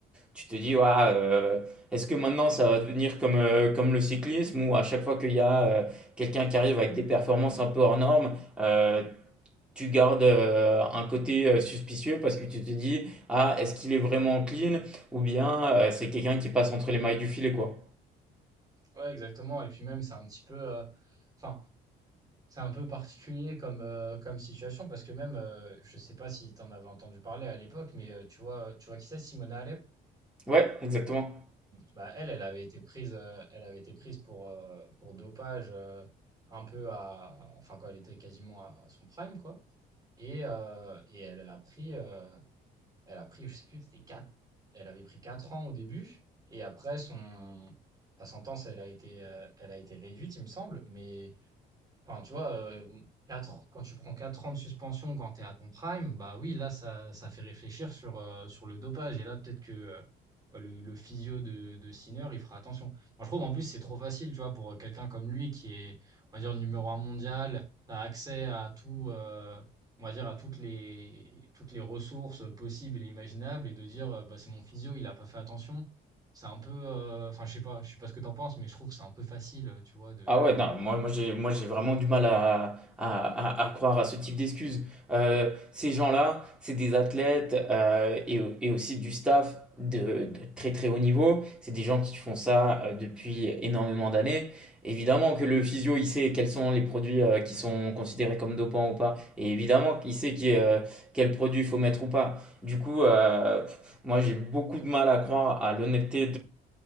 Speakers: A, in the centre; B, on the right.
A: tu te dis Ouah, euh, est-ce que maintenant ça va devenir comme, euh, comme le cyclisme où à chaque fois qu'il y a euh, quelqu'un qui arrive avec des performances un peu hors normes, euh, tu gardes euh, un côté euh, suspicieux parce que tu te dis, ah, est-ce qu'il est vraiment clean ou bien euh, c'est quelqu'un qui passe entre les mailles du filet, quoi.
B: Ouais, exactement. Et puis même, c'est un petit peu, euh, enfin. C'est un peu particulier comme, euh, comme situation parce que même, euh, je sais pas si tu en avais entendu parler à l'époque, mais euh, tu vois, tu vois qui c'est, Simona Alep?
A: Ouais, exactement.
B: Bah, elle, elle avait été prise, euh, elle avait été prise pour, euh, pour dopage euh, un peu à, enfin quand elle était quasiment à, à son prime, quoi. Et, euh, et elle, elle a pris, euh, elle a pris, je sais plus, c'était quatre, elle avait pris quatre ans au début, et après son, sa sentence, elle a été, euh, elle a été réduite, il me semble, mais Enfin, tu vois, euh, quatre, quand tu prends 4 ans de suspension quand tu es à ton prime, bah oui, là, ça, ça fait réfléchir sur, euh, sur le dopage. Et là, peut-être que euh, bah, le, le physio de, de Sinner, il fera attention. Moi, je trouve, en plus, c'est trop facile, tu vois, pour quelqu'un comme lui qui est, on va dire, numéro un mondial, tu as accès à tout, euh, on va dire, à toutes les, toutes les ressources possibles et imaginables et de dire, euh, bah, c'est mon physio, il a pas fait attention. C'est un peu, euh, enfin, je sais pas, je sais pas ce que t'en penses, mais je trouve que c'est un peu facile, tu vois, de,
A: Ah ouais, non, moi, moi j'ai, moi j'ai vraiment du mal à, à, à- à croire à ce type d'excuses. Euh, ces gens-là, c'est des athlètes euh, et, au- et aussi du staff de, de très très haut niveau. C'est des gens qui font ça euh, depuis énormément d'années. Évidemment que le physio, il sait quels sont les produits euh, qui sont considérés comme dopants ou pas. Et évidemment qu'il sait qui, euh, quel produit faut mettre ou pas. Du coup, euh, pff, moi j'ai beaucoup de mal à croire à l'honnêteté